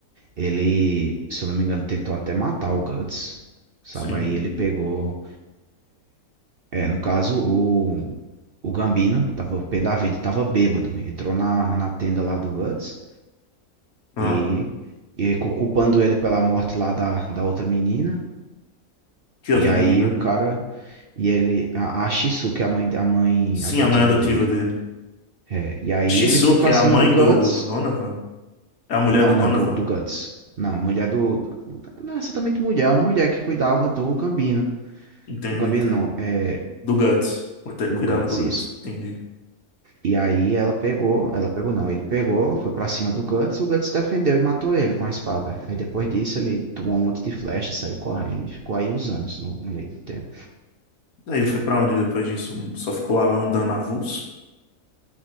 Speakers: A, on the right; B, on the left.
A: ele, se eu não me engano, tentou até matar o Guts. Sabe?
B: Sim.
A: Aí ele pegou. É, no caso, o, o Gambino, tava, o pé da vida, tava bêbado. Entrou na, na tenda lá do Guts
B: Ah,
A: e, e cu- culpando ele pela morte lá da, da outra menina.
B: que
A: E
B: outra
A: aí
B: menina?
A: o cara E ele, a, a Shisu, que é a mãe, a mãe
B: Sim,
A: adotiva
B: a mãe adotiva
A: dele.
B: dele.
A: É, e aí
B: A Shizuka
A: ele foi pra
B: é
A: cima
B: a mãe
A: do Guts.
B: do, do Donovan? É a mulher
A: Não,
B: do
A: não,
B: Donovan?
A: do, do Guts. Não, mulher do. Não é exatamente mulher, é uma mulher que cuidava do Gambino.
B: Entendo,
A: O Gambino
B: entendo.
A: não, é
B: Do Guts. Cuida-
A: do
B: Cuidava
A: Guts,
B: do
A: isso.
B: Guts. Entendi.
A: E aí ela pegou, ela pegou não, ele pegou, foi pra cima do Guts e o Guts defendeu e matou ele com a espada. Aí depois disso ele tomou um monte de flecha, saiu correndo e ficou aí uns anos no meio do tempo.
B: Daí foi pra onde depois disso? Só ficou andando avulso?